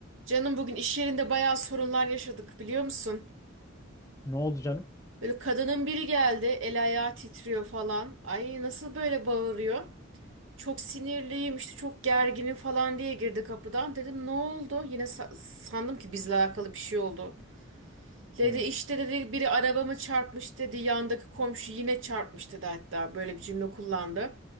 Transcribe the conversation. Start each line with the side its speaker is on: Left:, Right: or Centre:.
Right: Canım bugün iş yerinde bayağı sorunlar yaşadık biliyor musun?
Left: Ne oldu canım?
Right: Böyle kadının biri geldi, el ayağı titriyor falan. Ay nasıl böyle bağırıyor? Çok sinirliyim işte çok gerginim falan diye girdi kapıdan. Dedim ne oldu? Yine sa- sandım ki bizle alakalı bir şey oldu. Dedi
Left: Hı.
Right: işte dedi biri arabamı çarpmış dedi. Yandaki komşu yine çarpmış dedi hatta böyle bir cümle kullandı.